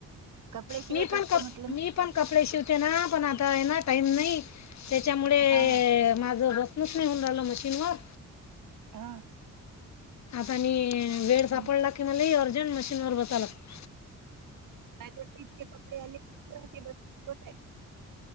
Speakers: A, on the right; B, on the left.
A: कपडे शिवत
B: मी पण
A: असतो
B: कप
A: म्हटलं मी.
B: पण कपडे शिवते ना पण आता ना टाइम नाही. त्याच्यामुळे
A: हा
B: माझं बसनच नाही होऊन राहिलं मशीनवर.
A: हा.
B: आता आणि वेळ सापडला
A: हं,
B: कि मला अर्जेन्ट मशीन वर बसावा लागतं.
A: काय ते टीप चे कपडे आले की बसते.